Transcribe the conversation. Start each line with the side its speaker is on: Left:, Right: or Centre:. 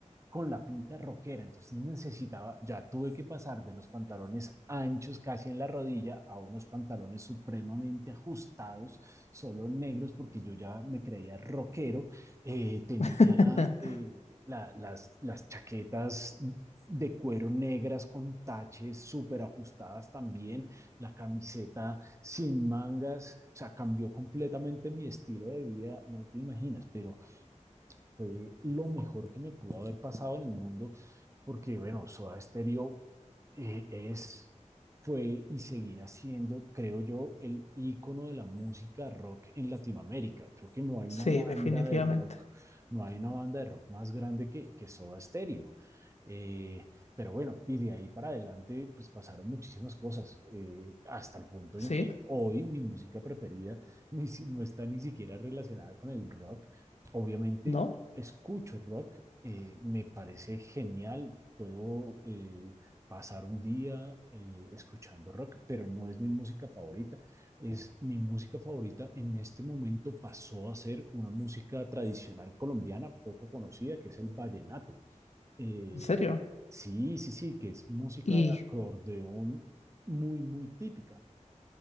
Right: con la pinta rockera, entonces necesitaba, ya tuve que pasar de los pantalones anchos casi en la rodilla a unos pantalones supremamente ajustados, solo negros, porque yo ya me creía rockero, Eh, tenía
Left: <laughs>
Right: eh, la- las, las chaquetas de cuero negras con taches súper ajustadas también, la camiseta sin mangas, o sea, cambió completamente mi estilo de vida, no te imaginas, pero fue lo mejor que me pudo haber pasado en el mundo, porque bueno, Soda Stereo eh, es, fue y seguirá siendo, creo yo, el ícono de la música rock en Latinoamérica. Creo que no hay
Left: Sí,
Right: una banda
Left: definitivamente.
Right: de rock, no hay una banda de rock más grande que, que Soda Stereo. Eh, pero bueno, y de ahí para adelante, pues pasaron muchísimas cosas, eh, hasta el punto en
Left: Sí,
Right: que hoy mi música preferida ni si- no está ni siquiera relacionada con el rock. Obviamente,
Left: no,
Right: escucho rock, eh, me parece genial, puedo eh, pasar un día eh, escuchando rock, pero no es mi música favorita. Es mi música favorita en este momento pasó a ser una música tradicional colombiana poco conocida, que es el vallenato. Eh,
Left: en serio.
Right: sí, sí, sí, que es música
Left: Y,
Right: de acordeón muy, muy típica.